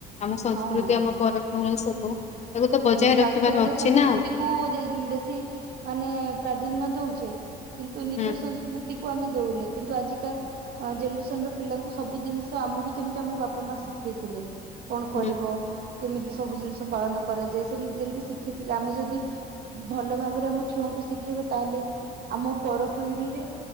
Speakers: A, on the left; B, on the right.
A: ଆମ ସଂସ୍କୃତି
B: ହଁ
A: ଆମ ପରମ୍ପରା ସବୁ ତାକୁ ତ ବଜାୟ
B: ଆମ
A: ରଖିବାର
B: ପାଶ୍ଚାତ୍ୟ
A: ଅଛି
B: ସଂସ୍କୃତି
A: ନା
B: କୁ ଯେ ବେଶୀ ମାନେ ପ୍ରାଧାନ୍ୟ ଦଉଛେ, କିନ୍ତୁ ନିଜ
A: ହୁଁ
B: ସଂସ୍କୃତିକୁ କୁ ଆମେ ଦଉନେ କିନ୍ତୁ ଆଜିକା ଜେନେରେସନର ପିଲାଙ୍କୁ ସବୁ ଜିନିଷ, ଆମକୁ ଯେମତି ଆମ ବାପାମା ଶିଖେଇଥିଲେ। କଣ କରିବ,
A: ହୁଁ
B: କେମିତି ସବୁ ଜିନିଷ ପାଳନ କରାଯାଏ ସେମତି ଯେମିତି ଶିଖିଥିଲେ। ଆମେ ଯଦି ଭଲ ଭାବରେ ଆମ ଛୁଆଙ୍କୁ ଶିଖେଇବା, ତାହେଲେ ଆମ ପରପିଢିରେ